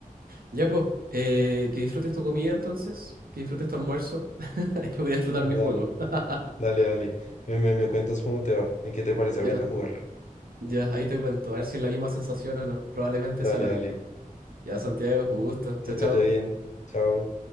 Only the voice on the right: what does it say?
Ya, pues, eh, que disfrutes tu comida entonces, que disfrutes tu almuerzo. <laughs> Yo voy a disfrutar
mi juego. <laughs>
Ya,
ya, ahí te cuento, a ver si es la misma sensación o no. Probablemente
sea la misma.
Ya, Santiago, un gusto. Chao,
chao.